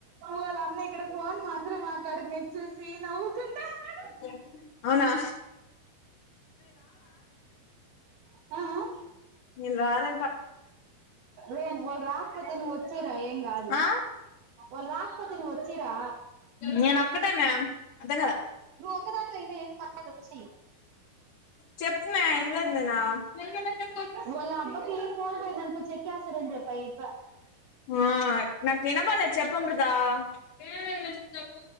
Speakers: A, on the right; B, on the left.
A: వాళ్ళ అన్న ఇక్కడ ఫోన్ మా అందరం మాట్లాడుకునేది చూసి నవ్వుకుంటా అన్నాడు
B: చె
A: ఆ ఆ
B: మీల్ రారంట
A: రేన్ వాళ్ళు రాకపోతే నువ్వు వచ్చిరా ఏం కాదు
B: అ
A: వాళ్ళు రాకపోతే నువ్వు వచ్చిరా
B: న ఒకటే మ్యామ్ అర్థం కాలే
A: నువ్వు ఒక్కదానివి అయిన ఏం పర్లేదు ఓచేయి
B: చెప్పుమా ఇనలేదు నేను
A: వాళ్ళ అబ్బకి ఫోన్ పోయిందనుకో చెక్కేస్తాడని చెప్పా ఈ అబ్బ
B: ఆ నాకు ఇనపల్లె చెప్పు అమృత ఏేర చేసిన తప్ప